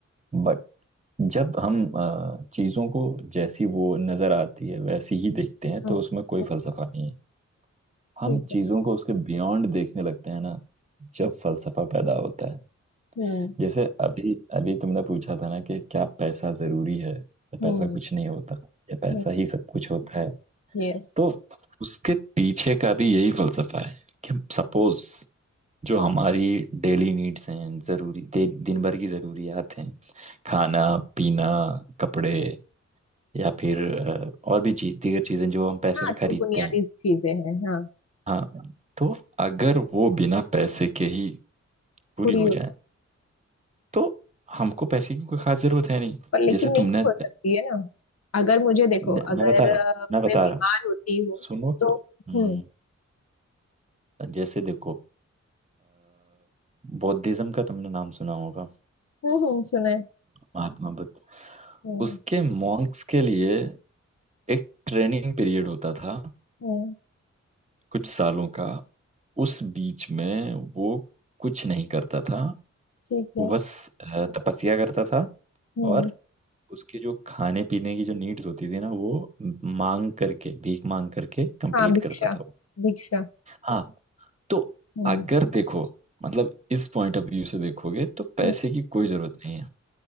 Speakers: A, on the right; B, on the left.
A: बट जब हम अ, चीजों को जैसी वो नजर आती है वैसी ही देखते हैं तो
B: हम्म
A: उसमें कोई
B: हम्म,
A: फलसफा नहीं है हम
B: ठीक
A: चीजों
B: है
A: को उसके बियॉन्ड देखने लगते हैं ना जब फलसफा पैदा होता है
B: हम्म
A: जैसे अभी अभी तुमने पूछा था ना कि क्या पैसा जरूरी है या पैसा
B: हम्म
A: कुछ नहीं होता या पैसा
B: हम्म
A: ही सब कुछ होता है
B: यस
A: तो उसके पीछे का भी यही फलसफा है कि सपोज जो हमारी डेली नीड्स हैं जरूरी दे, दिन भर की जरूरियात हैं खाना पीना कपड़े या फिर अ, और भी चीज दीगर चीजें जो हम पैसे
B: हाँ
A: से
B: जो
A: खरीदते
B: बुनियादी
A: हैं
B: चीजें हैं हाँ
A: हाँ तो अगर वो बिना पैसे के ही पूरी
B: पूरी
A: हो
B: हो
A: जाए
B: जाए
A: तो हमको पैसे की कोई खास जरूरत है नहीं
B: पर लेकिन
A: जैसे
B: नहीं
A: तुमने
B: हो सकती है ना अगर मुझे देखो
A: न-
B: अगर
A: मैं बता रहा
B: अ,
A: हूँ मैं बता
B: मैं बीमार
A: रहा हूँ
B: होती हूँ
A: सुनो
B: तो
A: तो
B: हम्म
A: हम्म, जैसे देखो बौद्धिज्म का तुमने नाम सुना होगा
B: हम्म हम्म, सुना है
A: महात्मा बुद्ध
B: हम्म
A: उसके मॉन्क्स के लिए एक ट्रेनिंग पीरियड होता था
B: हम्म
A: कुछ सालों का उस बीच में वो कुछ नहीं करता था
B: ठीक है
A: वो बस अ, तपस्या करता था
B: हम्म
A: और उसके जो खाने पीने की जो नीड्स होती थी ना वो मांग करके भीख मांग करके कंप्लीट
B: हाँ भिक्षा
A: करता था वो
B: भिक्षा
A: हाँ तो
B: हम्म
A: अगर देखो मतलब इस पॉइंट ऑफ व्यू से देखोगे तो पैसे
B: हम्म,
A: की कोई जरूरत नहीं है